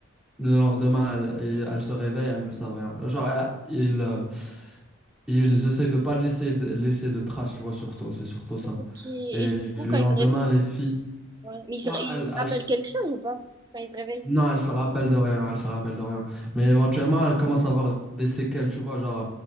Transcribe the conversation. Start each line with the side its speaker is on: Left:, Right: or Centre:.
Centre: le lendemain, elle, il- elle se réveille, elle ne savent rien. Genre, euh, ils, euh, ils essayent de pas laisser de, laisser de traces, tu vois, surtout. C'est surtout ça.
Right: Ok. Et
Centre: Et
Right: du coup,
Centre: le
Right: quand
Centre: lendemain,
Right: il se réveille,
Centre: les filles,
Right: mais il se,
Centre: ouais,
Right: ré- il
Centre: elles,
Right: se
Centre: elles,
Right: rappelle quelque chose ou pas? Quand il se réveille.
Centre: Non, elle se rappelle de rien, elle se rappelle de rien. Mais éventuellement, elle commence à avoir des séquelles, tu vois, genre euh,